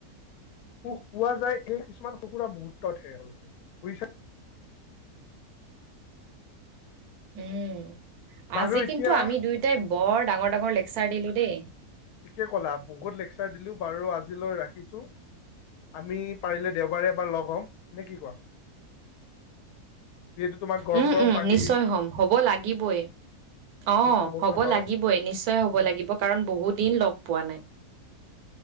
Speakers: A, on the left; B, on the right.
A: সুখ পোৱা যায় এই কিছুমান সৰু সোৰা মুহূৰ্তহে, আৰু বুজিছা।
B: উম,
A: বাৰু
B: আজি
A: এতিয়া
B: কিন্তু আমি দুয়োটাই বৰ ডাঙৰ ডাঙৰ লেকচাৰ দিলোঁ দেই।
A: ঠিকেই ক'লা, বহুত লেকচাৰ দিলোঁ বাৰু আজিলৈ ৰাখিছোঁ। আমি পাৰিলে দেওবাৰে এবাৰ লগ হ'ম নে কি, কোৱা? যিহেতু তোমাক গৰম
B: উম,
A: গৰম
B: উম,
A: পাৰ্টি
B: নিশ্চয়
A: দিম।
B: হ'ম, হ'ব লাগিবই অ'
A: মোৰ প্ৰমোচনৰ
B: হ'ব লাগিবই নিশ্চয়। নিশ্চয় হ'ব লাগিব কাৰণ বহু দিন লগ পোৱা নাই।